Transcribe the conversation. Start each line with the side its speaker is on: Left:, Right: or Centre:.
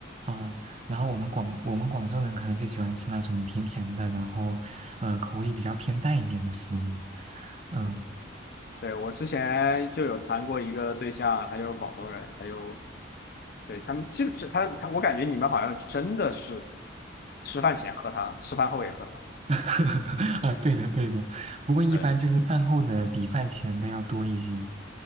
Right: 哦，然后我们广我们广州人可能就喜欢吃那种甜甜的，然后呃口味比较偏淡一点的食物。嗯。
Left: 对，我之前就有谈过一个对象，他就是广东人，他就对他们就是他他，我感觉你们好像真的是吃饭前喝汤，吃饭后也喝汤。
Right: <laughs> 啊，对的对的，不过一般就是饭后的比饭前的要多一些。
Left: 对，